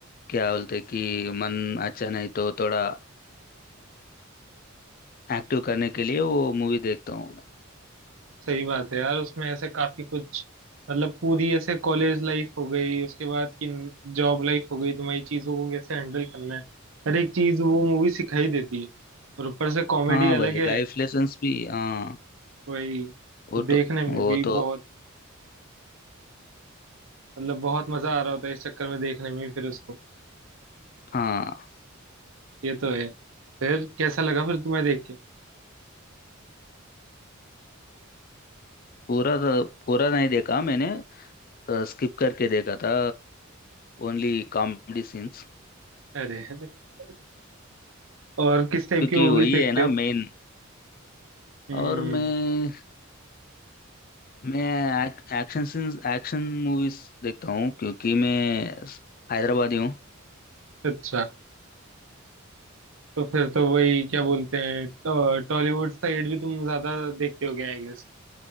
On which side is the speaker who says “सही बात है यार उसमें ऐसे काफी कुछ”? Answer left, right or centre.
Right